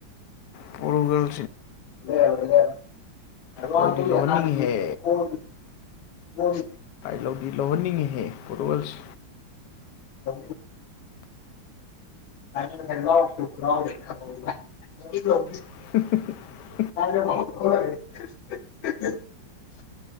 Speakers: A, on the left; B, on the left.
A: ꯄꯨꯔꯨꯒꯜ
B: ꯂꯩꯔꯔꯣꯏ ꯔꯣꯅꯥꯜꯗꯣꯒꯤ
A: ꯂꯧꯗꯤ ꯂꯨꯍꯟꯅꯤꯡꯍꯦ
B: ꯑꯍꯥꯟꯕꯒꯤ ꯒꯣꯜꯗꯨ ꯒꯣꯜꯗꯨꯗꯤ
A: ꯂꯧꯗꯤ ꯂꯧꯍꯟꯅꯤꯡꯉꯤꯍꯦ ꯄꯨꯨꯦꯜꯁꯦ
B: ꯑ ꯀꯈ꯭ꯔ <inaudible>
A: <unintelligible>
B: ꯀꯦ <inaudible>